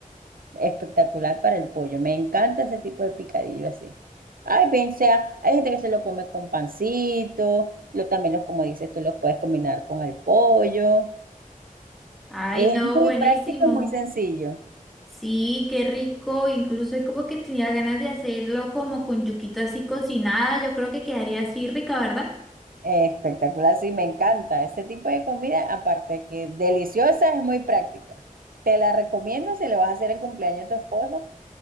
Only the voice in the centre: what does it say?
Ay,
no,
buenísimo.
Sí, qué rico. Incluso es como que tenía ganas de hacerlo como con yuquita así cocinada. Yo creo que quedaría así rica, ¿verdad?